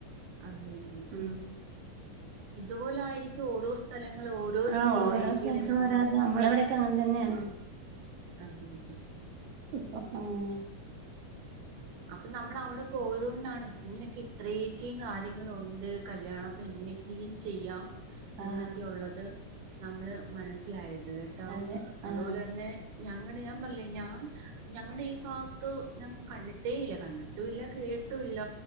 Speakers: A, on the right (about 80°); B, on the right (about 65°).
A: അതേന്നേ
B: ഉം
A: ഇതുപോലായിരിക്കും ഓരോ സ്ഥല ങ്ങള് ഓരോ രീതിയിലായിക്കില്ലെ
B: ആഹ് ഓരോ സ്ഥലത്തും
A: നമ്മ
B: ഓരോ ഇത് നമ്മളെ ഇവിടെയൊക്കെ അങ്ങനെ തന്നെയാണ്
A: അതേതെ
B: ഇപ്പ ഊം
A: അപ്പൊ നമ്മളവിടെ പോയതോണ്ടാണ് ഇങ്ങനെക്കെ ഇത്രേം ക്ക് കാര്യങ്ങളൊണ്ട് കല്യാണത്തിനിങ്ങിനിക്കേം ചെയ്യാം
B: ആഹ്
A: എന്നൊക്കെയൊള്ളത് നമ്മള് മനസ്സിലായ ത്ട്ടോ
B: അതെ
A: അതുപോലെതന്നെ
B: ആഹ്
A: ഞങ്ങടെ ഞാമ്പർല്ലേ ഞാൻ ഞങ്ങടെ ഈ ഫാ ത്തു ഞാൻ കണ്ടിട്ടേ ഇല്ല കണ്ടിട്ടുല്ല കേട്ടുല്ല